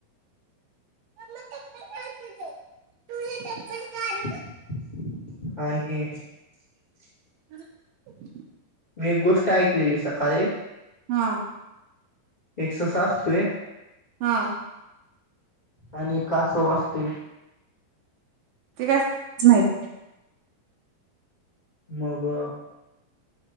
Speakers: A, on the right (about 75°); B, on the left (about 30°).
A: मम्मा चप्पल काढ तुझे, तुझे चप्पल काढ.
B: <unintelligible>
A: रिकामा ऑडिओ
B: मी एक गोष्ट ऐकलेली सकाळी
A: हा
B: एक ससा आसतोय.
A: हा
B: आणि एक कासव असतोय.
A: ते काय <unintelligible>
B: मग